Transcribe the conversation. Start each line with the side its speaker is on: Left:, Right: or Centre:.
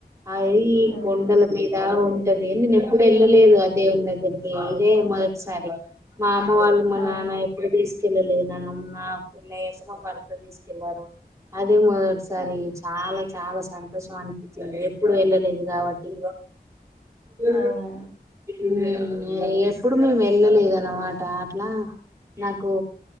Right: అది
Left: ఉమ్.
Right: కొండల మీద ఉంటది నేను ఎప్పుడు వెళ్ళలేదు అ దేవుని దగ్గరికి ఇదే మొదటిసారి మా అ వాళ్ళు మా
Left: ఆ,
Right: నాన్న ఎప్పుడు తిస్ పిల్వలె నన్ను నా పిల్ల ఎసిన భర్త తీసుకెళ్లారు అదే మొదటిసారి చాలా చాలా సంతోషం అనిపించింది ఎప్పుడు వెళ్ళలేదు కాబట్టి ఉ
Left: అవునా
Right: ఇగ ఎప్పుడు మేము వెళ్ళలేదు న్నమాట అట్లా నాకూ